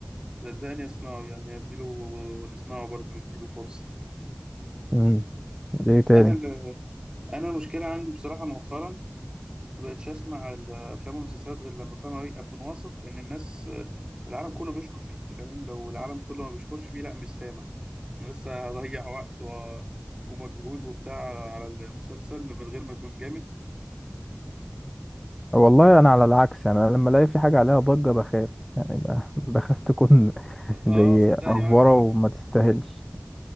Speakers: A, on the right; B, in the centre.
A: صدقني اسمعه يعني اديله آه، نسمعه برضه نديله فرصة
B: امم ايه تاني
A: انا ال- انا المشكلة عندي بصراحة مؤخرا ما بقتش اسمع الافلام والمسلسلات غير لما فاهم أوي اكون واثق ان الناس العالم كله بيشكر فيه فاهم لو العالم كله ما بيشكرش فيه لا مش سامع انا لسه هضيع <laughs> وقت و... ومجهود وبتاع على المسلسل من غير ما اكون جامد
B: والله انا على العكس يعني انا لما الاقي في حاجه عليها ضجه بخاف يعني ب- بخاف تكون <laughs>
A: اه
B: زي
A: صدقني
B: افوره
A: معاك حق
B: وما
A: فعلا
B: تستاهلش